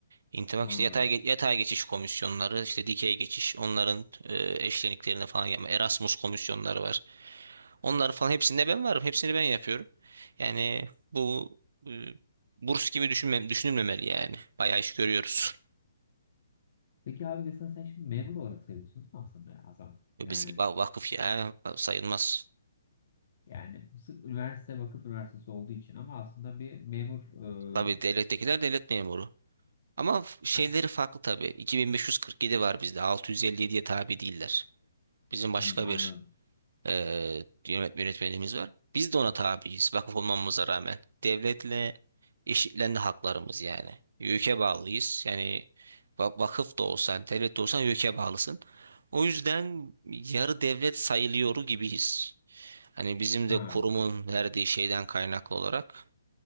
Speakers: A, on the right (about 55°); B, on the left (about 45°).
A: İntibak
B: Ha.
A: işte yatay, ge- yatay geçiş komisyonları işte dikey geçiş onların e, eşleniklerine falan yapma Erasmus komisyonları var. Onları falan hepsinde ben varım. Hepsini ben yapıyorum. Yani bu e, burs gibi düşünme, düşünülmemeli yani. Bayağı iş görüyoruz.
B: Peki abi mesela sen şimdi memur olarak sayılıyorsun değil mi aslında ya Hasan.
A: E,
B: Yani
A: Biz gibi "Aa, vakıf ya sayılmaz.
B: Yani sırf üniversite vakıf üniversitesi olduğu için ama aslında bir memur
A: Tabii
B: e,
A: devlettekiler devlet memuru. Ama f- şeyleri
B: ha,
A: farklı tabii. 2547 var bizde. 657'ye tabi değiller. Bizim başka
B: hmm, anladım.
A: bir e, yönet- yönetmeliğimiz var. Biz de ona tabiiz vakıf <laughs> olmamıza rağmen. Devletle eşitlendi haklarımız yani. YÖK'e bağlıyız. Yani va- vakıf da olsan, devlet de olsan YÖK'e bağlısın. O yüzden yarı devlet sayılıyor gibiyiz. Hani bizim de
B: Ha.
A: kurumun verdiği şeyden kaynaklı olarak